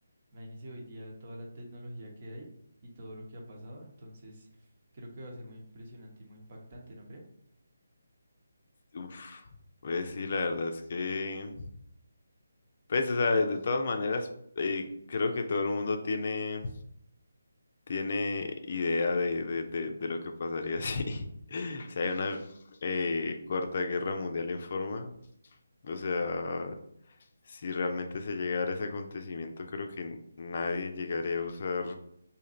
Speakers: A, on the right (about 40°); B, on the left (about 45°).
A: Imagínense hoy día toda la tecnología que hay y todo lo que ha pasado, entonces creo que va a ser muy impresionante y muy impactante, ¿no cree?
B: Uf, pues sí, la verdad es que, pues, o sea, de todas maneras, eh, creo que todo el mundo tiene tiene idea de, de, de, de lo que pasaría si, <laughs> si hay una eh, Cuarta Guerra Mundial en forma. O sea, si realmente se llegara ese acontecimiento, creo que nadie llegaría a usar